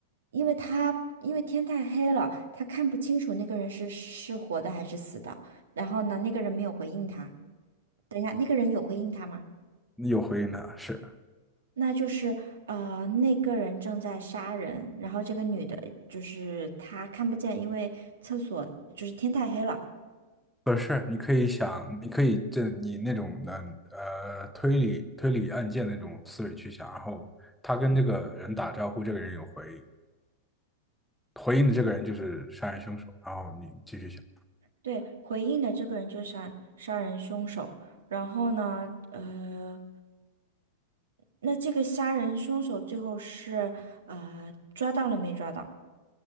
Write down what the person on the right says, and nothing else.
因为他因为天太黑了，他看不清楚那个人是是活的还是死的。然后呢，那个人没有回应他。等一下，那个人有回应他吗？
那就是呃，那个人正在杀人，然后这个女的就是她看不见，因为厕所就是天太黑了。
对，回应的这个人就是杀杀人凶手。然后呢，呃。那这个杀人凶手最后是呃抓到了没抓到？